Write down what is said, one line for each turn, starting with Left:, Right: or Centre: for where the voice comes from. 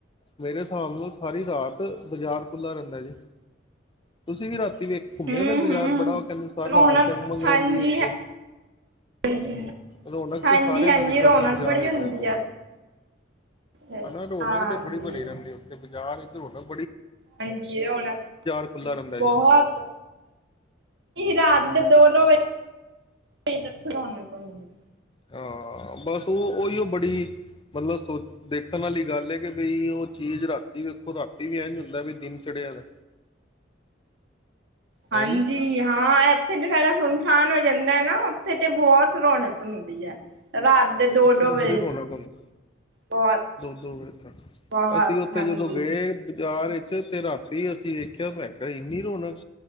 Left: ਮੇਰੇ ਹਿਸਾਬ ਨਾਲ ਸਾਰੀ ਰਾਤ ਬਾਜ਼ਾਰ ਖੁੱਲਾ ਰਹਿੰਦਾ ਜੀ ਤੁਸੀਂ ਵੀ ਰਾਤੀ ਵੇਖੋ
Right: ਹੂੰ
Left: ਘੁੰਮ ਕੇ ਫਿਰ ਬਾਜ਼ਾਰ
Right: ਹੂੰ
Left: ਬੜਾ ਉਹ ਕਹਿੰਦੇ
Right: ਰੌਣਕ
Left: ਰਾਤ ਜਗ ਮਗ
Right: ਹਾਂਜੀ
Left: ਰਹਿੰਦੀ ਉੱਥੇ,
Right: ਹਾਂਜੀ
Left: ਰੌਣਕ
Right: ਹਾਂਜੀ
Left: ਤੇ ਸਾਰੇ
Right: ਹਾਂਜੀ
Left: ਮੇਰੇ ਖਿਆਲ
Right: ਰੌਣਕ
Left: ਨਾਲ ਬਾਜ਼ਾਰ
Right: ਬੜੀ
Left: ਵਿੱਚ
Right: ਹੁੰਦੀ
Left: ਰਹਿੰਦੀ।
Right: ਆ ਉੱਥੇ
Left: ਹਨਾ ਰੌਣਕ
Right: ਹਾਂਜੀ
Left: ਤੇ ਬੜੀ ਬਣੀ ਰਹਿੰਦੀ ਉੱਥੇ। ਜਾਾਨ <unintelligible>
Right: ਹਾਂਜੀ, ਰੋਣਕ
Left: ਖੁੱਲ੍ਹਾ ਰਹਿੰਦਾ
Right: ਬਹੁਤ
Left: ਜੀ
Right: ਰਾਤ ਦੇ ਦੋ ਦੋ ਵਜੇ ਤਕ ਰੋਣਕ। ਹਮ।
Left: ਹਾਂ ਬਸ ਉਹ ਉਹੀਓ ਬੜੀ ਮਤਲਬ ਸੋ ਦੇਖਣ ਵਾਲੀ ਗੱਲ ਏ ਕਿ ਬਈ ਉਹ ਚੀਜ਼ ਰਾਤੀ ਵੇਖੋ ਰਾਤੀ ਵੀ ਇੰਝ ਹੁੰਦਾ ਵੀ ਦਿਨ ਚੜ੍ਹਿਆ ਦਾ।
Right: ਹਾਂਜੀ,
Left: ਹੈਂ ਜੀ
Right: ਹਾਂ ਇੱਥੇ ਤੇ ਸਾਰਾ ਸੁਨਸਾਨ ਹੋਈ। ਜਾਂਦਾ ਹੈ ਨਾ ਉੱਥੇ ਤੇ ਬਹੁਤ ਰੌਣਕ ਹੁੰਦੀ ਹੈ। ਰਾਤ ਦੇ ਦੋ
Left: ਔਥੇ
Right: ਦੋ
Left: ਤੇ
Right: ਵਜੇ
Left: ਬੜੀ ਰੌਣਕ ਹੁੰਦੀ,
Right: ਬਹੁਤ
Left: ਦੋ-ਦੋ ਵਜੇ ਤਕ।
Right: ਬਹੁਤ
Left: ਅਸੀਂ ਔਥੇ
Right: ਹਾਂਜੀ
Left: ਜਦੋਂ ਗਏ ਬਜ਼ਾਰ ਇੱ ਚ ਤੇ ਰਾਤੀ ਅਸੀਂ ਵੇਖਿਆ ਮੈਂ ਕਿਹਾ ਇੰਨੀ ਰੌਣਕ